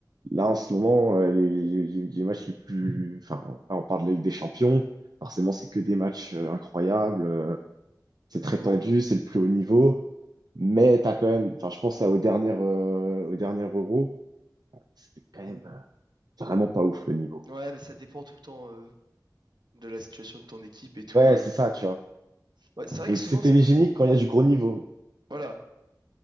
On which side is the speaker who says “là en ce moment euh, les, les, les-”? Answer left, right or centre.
Right